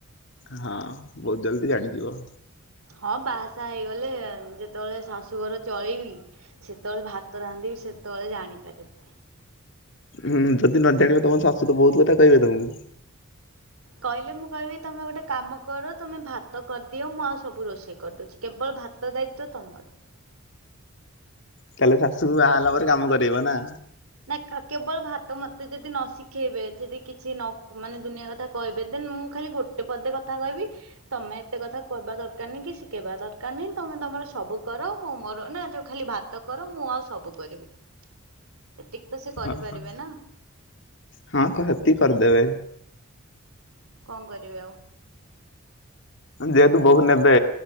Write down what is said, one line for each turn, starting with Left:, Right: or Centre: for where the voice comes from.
Left: ହଁ ବହୁତ୍ ଜଲ୍ଦି ଜାଣିଯିବ।
Right: ହଁ ବାହାସାହା ହେଇଗଲେ ଯେତେବେଳେ ଶାଶୁଘର ଚଳେଇବି। ସେତବେଳେ ଭାତ ରାନ୍ଧିବି ସେତବେଳେ ଜାଣିପାରିବି।
Left: ହୁଁ ଯଦି ନ ଜାଣିବ ତମ ଶାଶୁ ତ ବହୁତ କଥା କହିବେ ତମକୁ।
Right: କହିଲେ ମୁଁ କହିବି ତମେ ଗୋଟେ କାମ କର ତମେ ଭାତ କରିଦିଅ ମୁଁ ଆଉ ସବୁ ରୋଷେଇ କରିଦଉଛି। କେବଳ ଭାତ ଦାୟିତ୍ୱ ତମର।
Left: ତାହେଲେ ଶାଶୁଙ୍କୁ ବାହାହେଲା ପରେ କାମ କରେଇବ ନା।
Right: ନା କେବଳ ଭାତ ମତେ ଯଦି ନ ଶିଖେଇବେ ଯଦି କିଛି ନ ମାନେ ଦୁନିଆ କଥା। କହିବେ ଦେନ୍ ମୁଁ ଖାଲି ଗୋଟେ ପଦେ କଥା କହିବି। ତମେ ଏତେ କଥା କହିବା ଦରକାର ନାହିଁ କି ଶିଖେଇବା ଦରକାର ନାହିଁ ତମେ ତମର ସବୁ କର ମୁଁ ମୋର ନା ଯୋଉ ଖାଲି ଭାତ। -କର ମୁଁ ଆଉ ସବୁ କରିବି। ଏତିକି ତ ସେ କରିପାରିବେ
Left: ଓହୋ
Right: ନା
Left: ହଁ ହେତିକି କରିଦେବେ।
Right: କଣ କରିବି ଆଉ।
Left: ଯେହେତୁ ବୋହୂ ନେବେ